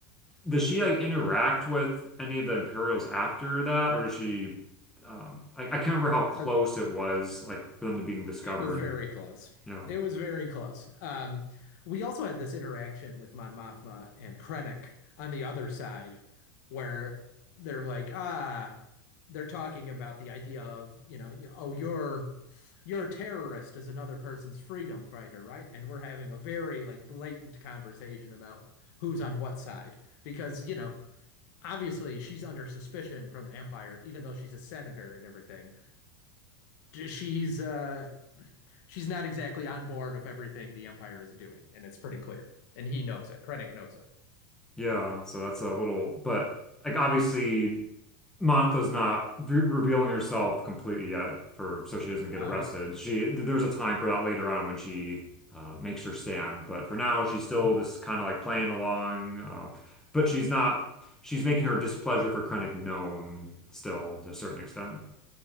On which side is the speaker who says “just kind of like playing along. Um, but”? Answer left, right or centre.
Centre